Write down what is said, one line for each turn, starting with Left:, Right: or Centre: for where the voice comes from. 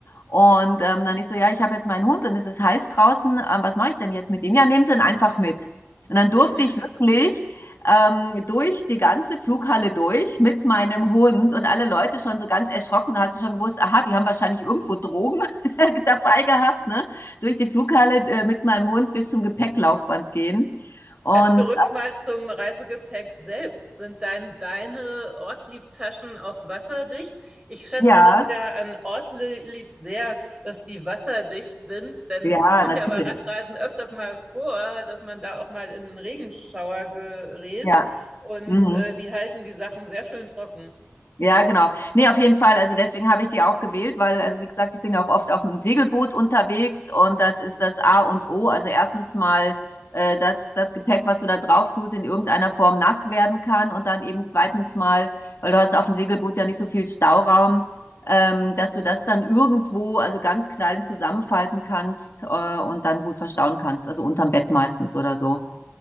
Left: Und ähm, dann ich so, ja, ich habe jetzt meinen Hund und es ist heiß draußen. Ähm, was mache ich denn jetzt mit ihm? Ja, nehmen Sie ihn einfach mit. Und dann durfte
Right: Mhm.
Left: ich wirklich ähm, durch die ganze Flughalle durch mit meinem Hund und alle Leute schon so ganz erschrocken. Da hast du schon gewusst, aha, die haben wahrscheinlich irgendwo Drogen <laughs> dabei gehabt, ne? Durch die Flughalle äh, mit meinem Hund bis zum Gepäcklaufband gehen. Und
Right: Ja, zurück mal zum Reisegepäck selbst. Sind dein, deine Ortlieb-Taschen auch wasserdicht? Ich schätze
Left: ja,
Right: das ja an Ortlieb sehr, dass die wasserdicht sind, denn
Left: ja,
Right: es kommt
Left: natürlich.
Right: ja bei Radreisen öfters mal vor, dass man da auch mal in einen Regenschauer gerät
Left: Ja.
Right: und
Left: Mhm.
Right: äh, die halten die Sachen sehr schön trocken.
Left: Ja, genau. Ne, auf jeden Fall. Also deswegen habe ich die auch gewählt, weil, also wie gesagt, ich bin ja auch oft auf dem Segelboot unterwegs und das ist das A und O. Also erstens mal, äh, dass das Gepäck, was du da drauf tust, in irgendeiner Form nass werden kann und dann eben zweitens mal, weil du hast auf dem Segelboot ja nicht so viel Stauraum, ähm, dass du das dann irgendwo, also ganz klein zusammenfalten kannst, äh, und dann gut verstauen kannst. Also unterm Bett meistens oder so.